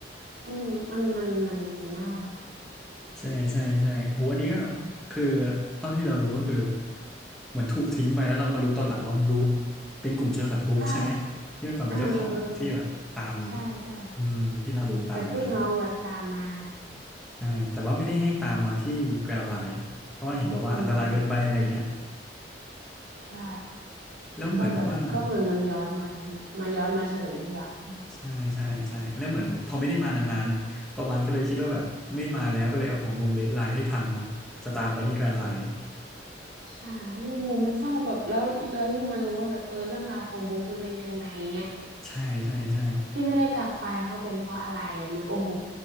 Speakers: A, on the right; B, in the centre.
A: อืมมันมันมันมันน่ารักอะ
B: ใช่ใช่ใช่โหอันนี้ก็คือเท่าที่เรารู้ก็คือเหมือนถูกทิ้งไปแล้วเราก็มารู้ตอนหลังว่าบรูคเป็นกลุ่มโจรสลัดบรูคใช่ไหมที่เมื่อก่อนเป็นเจ้าของที่แบบตาม
A: ใช่เออเออเออใช่ใช่
B: อืมที่ลาบูนตามมา
A: แบบที่น้องแบบตามมา
B: ใช่แต่ว่าไม่ได้ให้ตามมาที่แกรนด์ไลน์เพราะว่าเห็นบอกว่าอันตรายเกินไปอะไรอย่างเงี้ย
A: อืมอืมใช่
B: แล้วเหมือนว่า
A: ก็แบบก็เหมือนมันย้อนมาทีหละมาย้อนมาเฉลยทีหลังอืม
B: ใช่ใช่ใช่แล้วเหมือนพอไม่ได้มานานๆประวานก็เลยคิดว่าแบบไม่มาแล้วก็เลยเอาหัวมงเลดไลน์ให้พังมันจะตามไปที่แกรนด์ไลน์
A: ใช่โอ้มันเศร้าแบบแล้วแล้วยิ่งมารู้ว่าแบบเออเรื่องราวของบุ๊กมันเป็นยังไงเงี้ย
B: ใช่ใช่ใช่
A: ที่ไม่ได้กลับไปเขาเป็นเพราะอะไรแบบเนี้ยโอ้โห